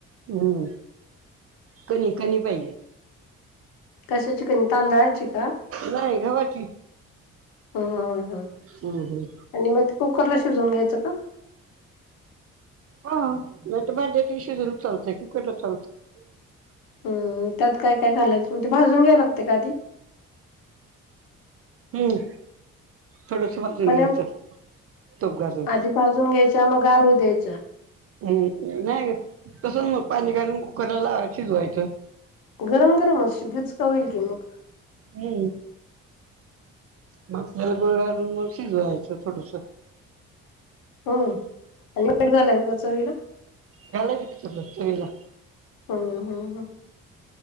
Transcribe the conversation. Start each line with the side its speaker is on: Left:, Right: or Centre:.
Right: हम्म कणी कणी पाहिजे.
Left: कशाची कणी तांदळा ची का?
Right: नाही गव्हाची
Left: हम्म हम्म हम्म
Right: हम्म हम्म
Left: आणि म कुकरला शिजून घ्यायचं का?
Right: ह नाहीत भांड्यातही शिजवलं चालतय कुकरला ही चालतय.
Left: हम्म त्यात काय काय घालायचं म्हणजे भाजून घ्याय लागते का आधी.
Right: हम्म. थोडस भाजून
Left: का नाही
Right: घ्यायचं तुप घालून.
Left: आधी भाजून घ्यायच्या मग गार होऊ द्यायच्या
Right: हम्म नाही तसं मग पाणी घालून कुकरला लावाय शिजवायच.
Left: गरम -गरमच गचका होईल की मग.
Right: हम्म. म आपल्याला गुळ घालून मग शिजवायच थोडस.
Left: हम्म आणि वाईट झालंयवर ग चवीला.
Right: घालायचा कि चवीला.
Left: हम्म हम्म